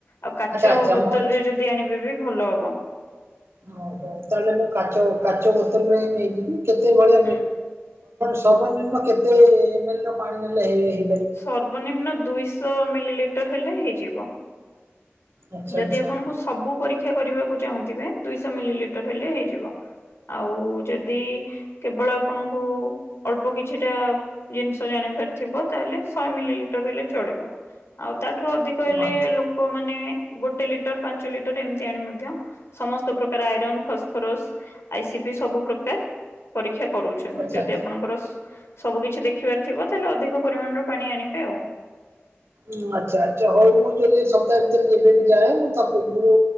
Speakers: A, on the left; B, on the right.
A: ଆଉ କାଚ
B: ଆଚ୍ଛା
A: ବୋତଲ
B: ମୁଁ ଏଠି
A: ରେ ଯଦି ଆଣିବେ ବି ଭଲ ହବ।
B: ହଉ ହଉ ତାହେଲେ ମୁଁ କାଚ କାଚ ବୋତଲରେ ନେଇଯିବି କେତେବେଳେଆ
A: ହୁଁ
B: ସର୍ଵନିମ୍ନ କେତେ ଏମ ଏଲ ର ପାଣି ନେଲେ ହେ ହେ
A: ସର୍ବନିମ୍ନ ଦୁଇଶହ ମିଲିଲିଟର ହେଲେ ହେଇଯିବ।
B: ଆଚ୍ଛା
A: ଯଦି
B: ଆଚ୍ଛା
A: ଆପଣଙ୍କୁ ସବୁ ପରୀକ୍ଷା କରିବାକୁ ଚାହୁଁଥିବେ ଦୁଇଶହ ମିଲିଲିଟର ହେଲେ ହେଇଯିବ? ଆଉ ଯଦି କେବଳ ଆପଣଙ୍କୁ ଅଳ୍ପ କିଛିଟା ଜିନିଷ ଜାଣିବାର ଥିବ ତାହେଲେ ଶହେ ମିଲିଲିଟର ହେଲେ ଚଳିବ। ଆଉ ତାଠାରୁ ଅଧିକ
B: ଆଚ୍ଛା
A: ହେଲେ
B: ଆଚ୍ଛା।
A: ଲୋକମାନେ ଗୋଟେ ଲିଟର ପାଞ୍ଚ ଲିଟର ଏମିତି ଆଣି ମଧ୍ୟ ସମସ୍ତ ପ୍ରକାର iron phosphorus I C P ସବୁ ପ୍ରକାର ପରୀକ୍ଷା କରୁଛୁ।
B: ଆଚ୍ଛା।
A: ଯଦି ଆପଣଙ୍କର ସବୁ କିିଛି ଦେଖିବାର ଥିବ ତାହେଲେ ଅଧିକ ପରିମାଣର ପାଣି ଆଣିବେ ଆଉ
B: ହଁ ଆଛା ଆଚ୍ଛା ହଉ ମୁଁ ଯଦି ସପ୍ତାହେ ଭିତରେ ଯେବେ ବି ଯାଏ ମୁଁ ତା ପୂର୍ବରୁ